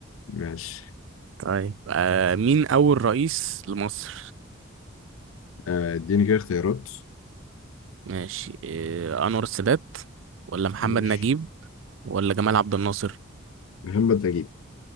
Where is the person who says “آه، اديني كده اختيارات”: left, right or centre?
Left